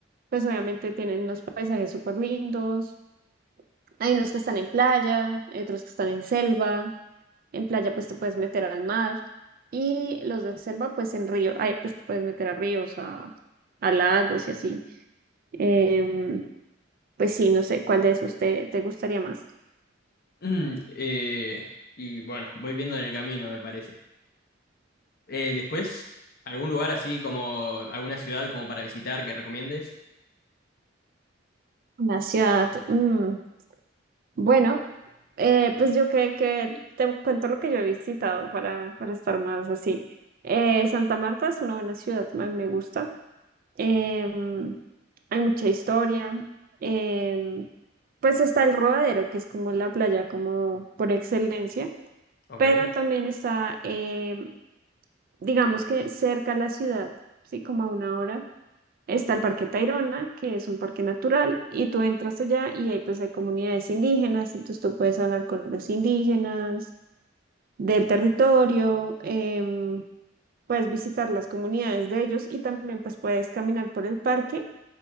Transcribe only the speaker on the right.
pues obviamente tienen unos paisajes súper lindos. Hay unos que están en playa, hay otros que están en selva. En playa pues te puedes meter al mar. Y los de selva, pues en río, ay, pues te puedes meter a ríos, a, a lagos y así. Em, pues sí, no sé, ¿cuál de esos te, te gustaría más?
Una ciudad. mm, bueno, eh, pues yo creo que te cuento lo que yo he visitado para, para estar más así. Eh, Santa Marta es una buena ciudad, a mí me gusta. Em, hay mucha historia. em, pues está el Rodadero, que es como la playa como por excelencia,
pero también está, em, digamos que cerca a la ciudad, sí, como a una hora. Está el Parque Tayrona, que es un parque natural, y tú entras allá y ahí pues hay comunidades indígenas, entonces tú puedes hablar con los indígenas del territorio, em, puedes visitar las comunidades de ellos y también pues puedes caminar por el parque